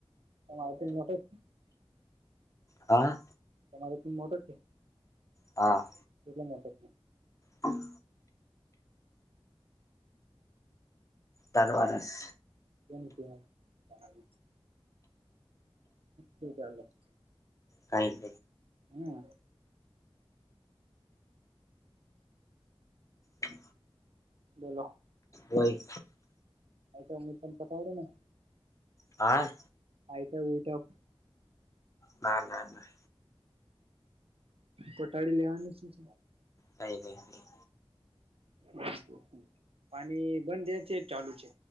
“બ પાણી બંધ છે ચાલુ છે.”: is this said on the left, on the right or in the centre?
Right